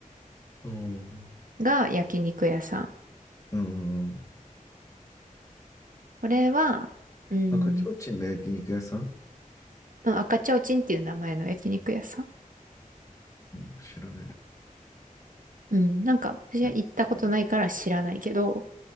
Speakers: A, on the left; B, on the right.
A: うん。
B: が焼肉屋さん。
A: うん
B: これは、うん、
A: 赤ちょうちんが焼肉屋さん
B: うん、赤ちょうちんっていう名前の焼肉屋さん。
A: うん、調べる。
B: うん、なんか私は行ったことないから知らないけど、
A: 焼肉